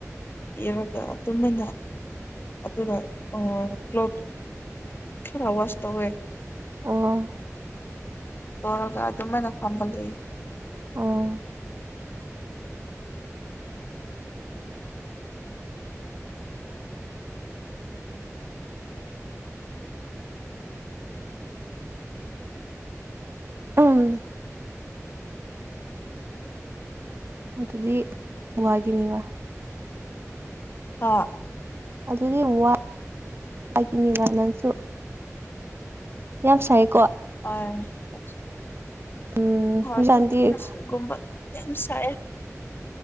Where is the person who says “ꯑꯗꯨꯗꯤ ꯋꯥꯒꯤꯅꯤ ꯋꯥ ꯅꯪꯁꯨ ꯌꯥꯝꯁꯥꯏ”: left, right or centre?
Right